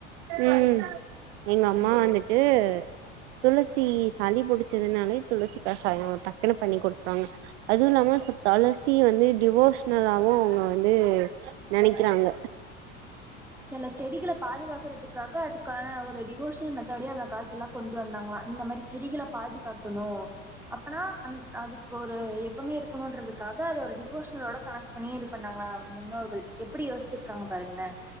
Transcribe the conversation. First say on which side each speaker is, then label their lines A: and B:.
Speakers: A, on the right; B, in the centre.
A: ம் எங்க அம்மா
B: ம்
A: வந்துட்டு துளசி சளி புடிச்சதுனாலே துளசி கசாயோம் டக்குன்னு பண்ணி குடுப்பாங்க அதுவும் இல்லாம சுப் தொளசி வந்து டிவோஷனலாவும் அவுங்க வந்து நனைக்கிறாங்க
B: சில செடிகள பாதுகாக்கறதுக்காக அதுக்கான ஒரு டிவோஷனல் மெத்தடே அந்த காலத்துலாம் கொண்ட்டு வந்தாங்களாம் இந்த மாரி செடிகள பாதுகாக்கணு அப்பனா அந் அதுக்கு ஒரு எப்போமே இருக்கணும்ன்றதுக்காக அது ஒரு டிவோஷனலோட கனெக்ட் பண்னி இது பண்ணாங்களா முன்னோர்கள் எப்டி யோசிச்சிருக்காங்க பாருங்களேன்